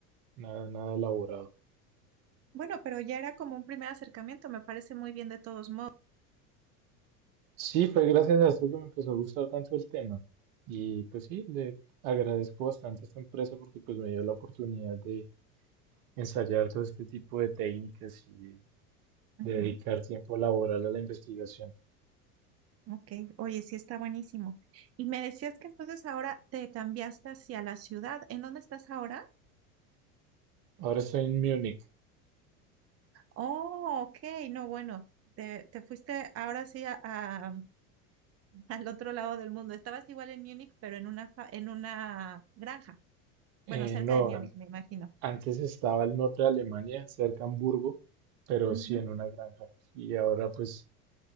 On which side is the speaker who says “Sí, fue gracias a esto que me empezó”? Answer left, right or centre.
Right